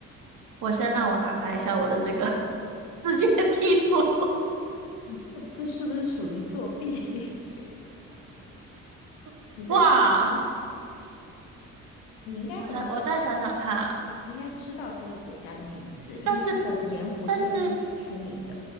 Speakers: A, on the right (about 50°); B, on the left (about 70°).
A: 我先让我打开一下我的这个 <laughs> 世界地图。
B: <laughs> 这是不是属于作弊？<laughs>
A: <laughs>
B: 你再猜猜看，
A: 哇，
B: 你应该能，
A: 我想我再想想看啊
B: 你应该知道这个国家的名字，因为它的盐湖真的是蛮出名的。
A: 但是但是